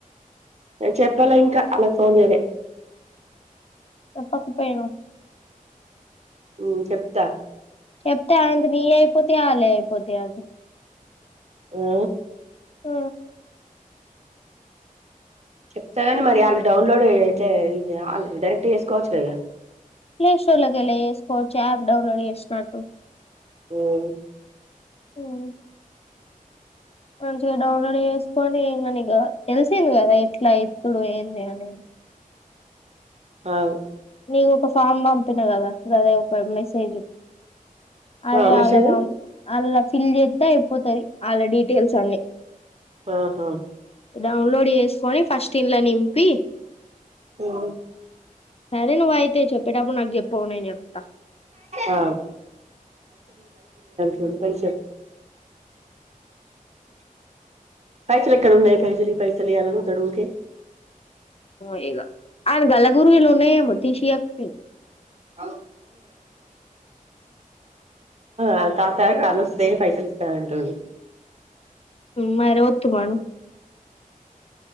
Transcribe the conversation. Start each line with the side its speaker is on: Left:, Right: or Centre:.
Right: చెప్పాలా ఇంకా అలాగ ఫోన్ చేయలే
Left: చెప్పకపోయిన్నావ్
Right: ఉమ్ చెప్తా
Left: చెప్తే అంది మీ అయిపోత అళ అయిపోత అ
Right: ఆ
Left: ఆ
Right: చెప్తా కాని మరి వాళ్ళు డౌన్లోడ్ అయితే వాళ్ డైరెక్ట్ చేసుకోవచ్చు ఇగ
Left: ప్లే స్టోర్ లగేల స్కోవర్చ్ ఆప్ డౌన్లోడ్ చే
Right: అమ్
Left: అమ్ మంచిగా డౌన్లోడ్ చేసుకొని మన తెలిసింది కదా ఎట్లా ఇత్తుడు ఏంది అని
Right: కాదు
Left: నీకు ఒక ఫామ్ పంపిన కదా అదే ఒక మెసేజ్ అదే
Right: ఆ మెసేజ్
Left: అలా అలా ఫీల్ చెతే పోతాయి వాళ్ళ డీటెయిల్స్ అన్ని
Right: ఆహా
Left: డౌన్లోడ్ చేసుకొని ఫస్ట్ ఇన్ల నింపి
Right: ఆమ్
Left: సరే నువ్వు అయితే చెప్పేటప్పుడు నా చెప్ప నేను చెప్పతా
Right: ఆ రెండు పైసాల్ పైసల ఎక్కడున్నాయి పైసలి ఇ పైసలే ఇ అని అడగతాడు ఉకే
Left: ఇ ఆన్ గల గుర్గిలు న మ తీసి ఆక్తను
Right: ఆ ఆ తాత ఆలోస్తంది పైసలు ఇస్తా అంటుడి
Left: మా ర ఒచ్చూ మను